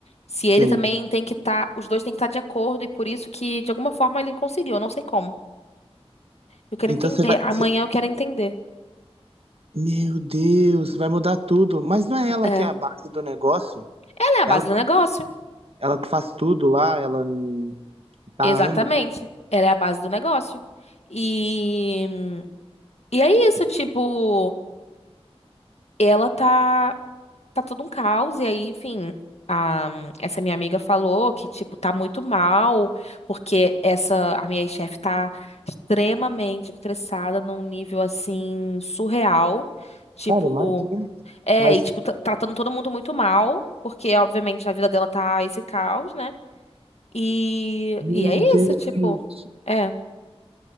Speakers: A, on the left; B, on the right.
A: se ele
B: Sim.
A: também tem que estar, os dois têm que estar de acordo e por isso que de alguma forma ele conseguiu, eu não sei como. Eu quero
B: Então
A: entender,
B: você vai.
A: amanhã
B: você-
A: eu quero entender.
B: Meu Deus, vai mudar tudo. Mas não é ela
A: É.
B: que é a base do negócio?
A: Ela é a base
B: Ela,
A: do negócio.
B: ela que faz tudo lá, ela n- tá
A: Exatamente.
B: há anos.
A: Ela é a base do negócio. E, e é isso, tipo, ela tá. tá todo um caos. E aí, enfim, a- essa minha amiga falou que, tipo, tá muito mal, porque essa, a minha chefe tá extremamente estressada num nível, assim, surreal. Tipo,
B: Cara, imagina.
A: é,
B: Mas.
A: e, tipo, tra- tratando todo mundo muito mal, porque, obviamente, a vida dela tá esse caos, né? E,
B: Meu
A: e é
B: Deus!
A: isso, tipo, é,